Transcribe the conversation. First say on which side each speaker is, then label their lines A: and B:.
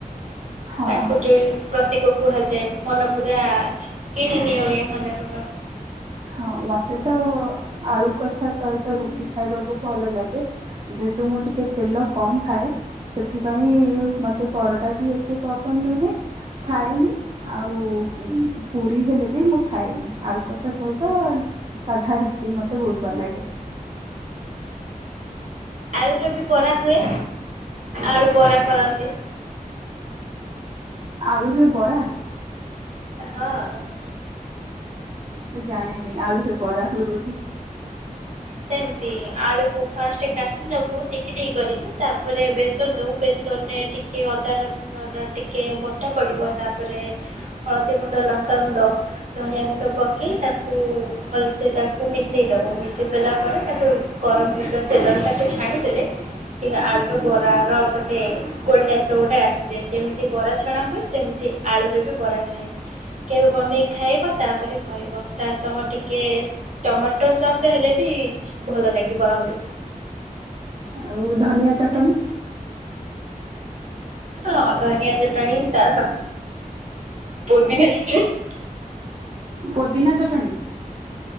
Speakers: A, on the right; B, on the right.
A: ହଁ।
B: ତାଙ୍କୁ ଯୋଉ ପ୍ରତୀକ କୁହାଯାଏ ମନ ପୁରା କିଣିନି ଓଡିଆ ଭାନ କର।
A: ହଁ ମତେ ତ ଆଳୁକଷା ସହିତ ରୁଟି ଖାଇବାକୁ ଭଲଲାଗେ। ଯେହେତୁ ମୁଁ ଟିକେ ତେଲ କମ୍ ଖାଏ। ସେଥିପାଇଁ ମତେ ପରଟା ବି ଏତେ ପସନ୍ଦ ନୁହେଁ। ଖାଏନି ଆଉ ପୁରୀ ହେଲେ ବି ମୁଁ ଖାଏନି ଆଳୁକଷା ସହି ତ ସାଧା ରୁଟି ମତେ ବହୁତ ଭଲଲାଗେ।
B: ଆଳୁୁର ବି ବରା ହୁଏ ଆଳୁବରା କରନ୍ତି।
A: ଆଳୁରେ ବରା।
B: ହଁ।
A: ମୁଁ ଜାଣିନି ଆଳୁରେ ବରା ହୁଏବୋଲି।
B: ସେମତି ଆଳୁକୁ ଫାଷ୍ଟେ କାଟିନେବୁ ଟିକିଟିକି କରିକି ତାପରେ ବେସନ ଦେବୁ ବେସନରେ ଟି କିଏ ଅଦା ରସୁଣର ଟିକେ ବଟା ପଡ଼ିବ ତାପରେ। ହଳଦୀଗୁଣ୍ଡ ଲଙ୍କାଗୁଣ୍ଡ। ଧନିଆ ଗୁଣ୍ଡ ପକେଇ ତାକୁ ଭଲସେ ତାକୁ ମିଶେଇଦବ ମିଶେ ଦେଲା ପରେ ତାକୁ ଗରମ ହୋଇଥିବା ତେଲରେ ତାକୁ ଛାଣିଦେଲେ ସେ ଆଳୁର ବ ରାର ଗୋଟେ। ଗୋଲ ଟାଇପ ର ଗୋଟେ ଆସିଯାଏ ଯେମିତି ବରା ଛଣା ହୁଏ ସେମିତି ଆଳୁରେ ବି ବରା ଥାଏ। କେବେ ବନେଇକି ଖାଇବ ତାପରେ କହିବ। ତାସହ ଟିକେ ଟମାଟୋ ସସ୍ ହେଲେ ବି ଭଲ ଲାଗିବ ଆହୁରି।
A: ଆଉ ଧନିଆ ଚଟଣି।
B: ହଁ ଧନିଆ ଚଟଣି ତା ସ ପୋଦିନା ଚଟ୍
A: ପୋଦିନା ଚଟଣୀ।